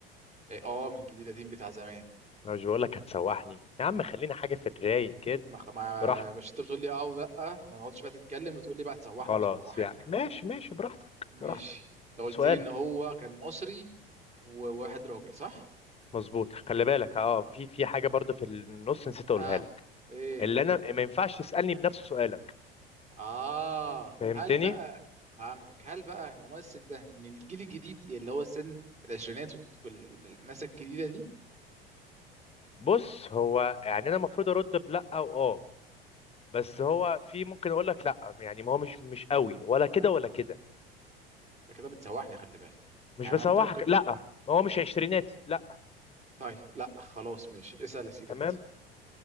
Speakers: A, on the right (about 25°); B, on the left (about 20°).
A: اه آه، من الجيل القديم بتاع زمان
B: انا مش بقول لك هتسوحني يا عم خلينا حاجه في الرايق كده
A: ما خ- ما
B: براحتك
A: مش انت بتقول لي اه ولا ما نقعدش بقى تتكلم وتقول لي بقى تسوحنا
B: خلاص
A: مش هنسوحك
B: يا ماشي ماشي براحتك
A: ماشي
B: براحتك
A: انت قلت
B: سؤالك
A: لي ان هو كان مصري وواحد راجل صح
B: مظبوط خلي بالك اه في في حاجه برضو في النص نسيت اقولها
A: اه
B: لك
A: ايه
B: اللي انا ما ينفعش تسالني بنفس سؤالك
A: اه
B: فهمتني
A: هل بقى فهمتك هل بقى الممثل ده من الجيل الجديد اللي هو سن العشرينات وال- وال- والناس الجديده دي
B: بص هو يعني انا المفروض ارد بلا او اه بس هو في ممكن اقول لك لا يعني ما هو مش مش قوي ولا كده ولا كده
A: انت كده بتسوحني خلي بالك يعني
B: مش بسوحك
A: انت ممكن
B: لا ما هو مش عشريناتي لا
A: طيب لا خلاص ماشي اسأل يا سيدي
B: تمام
A: انت